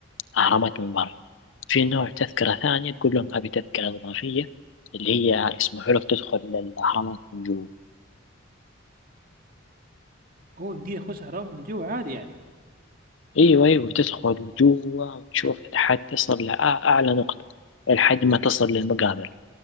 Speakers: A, on the left (about 65°); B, on the right (about 45°).
A: غرامات من برا في نوع تذكرة ثانية تقول لهم أبي تذكرة إضافية اللي هي يسمحوا لك تدخل للأهرامات من جوا
B: هو يمديك يخش أهرامات من جوا عادي يعني
A: أيوة أيوة تدخل جوا وتشوف لحد تصل لأعلى نقطة لحد ما تصل للمقابر